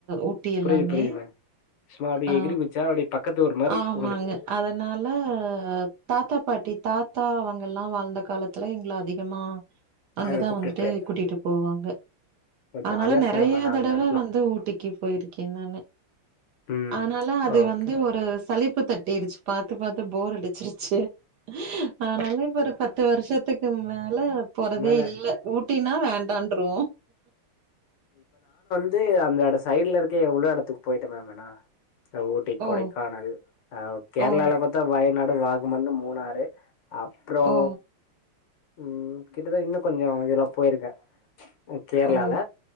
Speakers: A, on the right; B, on the left.
A: ஊட்டி எல்லாமே
B: புரியுது புரியுது மேம் சும்மா அப்டியே
A: ஆ
B: எகிறி குதிச்சா அப்டியே பக்கத்து ஊர் மாரி
A: ஆமாங்க
B: உங்களுக்கு
A: அதனால தாத்தா பாட்டி தாத்தா அவங்கல்லா வாழ்ந்த காலத்துல எங்கள அதிகமா அங்கதா
B: அங்க கூப்ட்டுட்டு
A: வந்துட்டு
B: போயிருக்க
A: கூட்டிட்டு போவாங்க
B: ஜாலியா
A: அனால
B: இருக்கு
A: நெறைய
B: மேம் ஆனா
A: தடவ
B: அந்த எடத்துல
A: வந்து ஊட்டிக்கு போயிருக்கே நானு
B: ம்
A: அனால அது
B: ஓகே
A: வந்து ஒரு சளிப்பு தட்டிருச்சு பாத்து பாத்து போர் அடிச்சிருச்சு அனால இப்ப ஒரு பத்து வருஷத்துக்கு மேல போறதே
B: மேல
A: இல்ல ஊட்டினா வேண்டான்ருவோ
B: இது அந்த எட சைட்ல இருக்க எவ்ளோ எடத்துக்கு போயிட்டே மேம் அனா ஊட்டி கொடைக்கானல்
A: ஓ!
B: அ கேரளால
A: ஓ!
B: பாத்தா வயநாடு வாகமன் மூணாறு அப்றோ
A: ஓ!
B: ம் கிட்டத இன்னு கொஞ்சோ இதுல்லா போயிருக்கே கேரளால
A: ஓ!